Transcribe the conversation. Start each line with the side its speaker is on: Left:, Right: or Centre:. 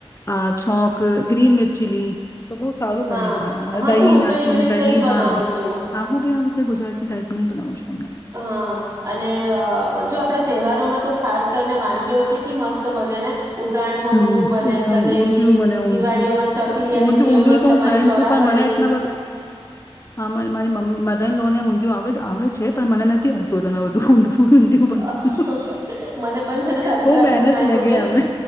Left: આ છોક ગ્રીન મિરચીલી તો બ સારું બની
Right: હા
Left: જાય
Right: હા
Left: દહી
Right: તો હું
Left: નાખીને
Right: તો એવી રીતે
Left: તહી
Right: જ બનાવું
Left: હા
Right: છું.
Left: હું બી આ રીતે ગુજરાતી ટાઈપ ન બનાવું સુ.
Right: હા અને અ જો આપણે તહેવારોમાં તો ખાસ કરીને વાનગીઓ કેટલી મસ્ત બને ને ઉત્તરાયણમાં
Left: હમ્મ
Right: ઊંધિયું બને
Left: <unintelligible>
Right: જલેબી
Left: ઊંધયું ઊંધું
Right: દિવાળીઓમાં ચકલી અને ચેવડો
Left: ઊંધિું તો
Right: તમારી
Left: હું ફેન
Right: ચોરાફળી
Left: છું પણ મને <unintelligible> મા મા મારી મધર ઇન લો ને આવે આવે છે પણ મને નથી આવડતું ઇતના બધું ઊંધિયું બનાવવાનું
Right: અ હ હ મને પણ છે ને સાચી
Left: બહુ
Right: વાત
Left: મહેનત
Right: કઉ મે
Left: લગે
Right: કો દિવસ
Left: આમે